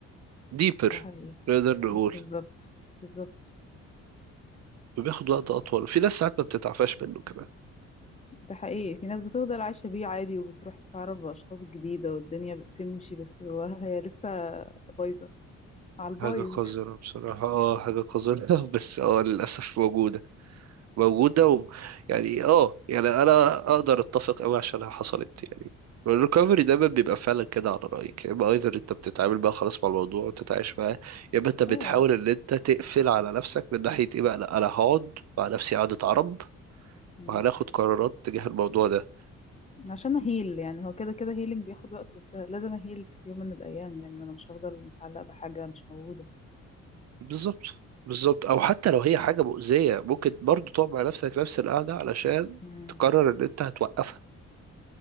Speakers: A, on the right; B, on the left.
A: ديبر
B: ده حقيقي
A: نقدر نقول
B: بالظبط بالظبط
A: وبياخد وقت اطول في ناس ساعات ما بتتعفاش منه كمان
B: ده حقيقي في ناس بتفضل عايشة بيه عادي وبتروح تتعرف بأشخاص جديدة والدنيا بتمشي بس جواها هي لسه بايظة على البايظ
A: حاجة قذرة بصراحة اه حاجة قذرة <laughs> بس اه للأسف موجودة موجودة و... يعني اه يعني انا اقدر اتفق قوي عشانها حصلت يعني الريكفري دايما بيبقى فعلا كده على رأيك يا اما ايذر انت بتتعامل بقى خلاص مع الموضوع وتتعايش معاه يا
B: <laughs>
A: اما انت بتحاول
B: اه
A: ان انت تقفل على نفسك من ناحية ايه بقى لا انا هقعد مع نفسي قعدة عرب
B: مم.
A: وهناخد قرارات تجاه الموضوع ده
B: عشان اهيل يعني هو كده كده هيلينج بياخد وقت بس لازم اهيل في يوم من الايام يعني وانا مش هفضل متعلقه بحاجه مش موجوده
A: بالظبط بالظبط او
B: مم.
A: حتى لو هي حاجة مؤذية ممكن برضو تقعد مع نفسك نفس القعدة علشان
B: مم.
A: تقرر ان انت هتوقفها